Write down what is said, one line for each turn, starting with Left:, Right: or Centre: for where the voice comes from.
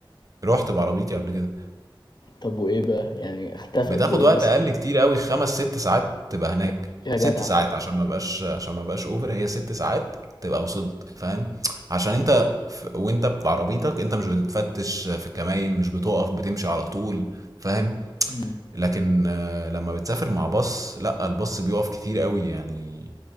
Right: رُحت بعربيتي قبل كده.
Left: طب وإيه بقى يعني اختفى
Right: بتاخد
Left: قد إيه
Right: وقت
Left: مثلا
Right: اقل كتير قوي خمس ست ساعات تبقى هناك
Left: يا يا
Right: ست
Left: جدع
Right: ساعات عشان ما بقاش عشان ما بقاش اوفر هي ست ساعات تبقى وصلت فاهم عشان انت ف... وانت بعربيتك انت مش بتتفتش في الكماين مش بتقف بتمشي على طول فاهم
Left: مم.
Right: لكن آه، لما بتسافر مع باص لا الباص بيقف كتير قوي يعني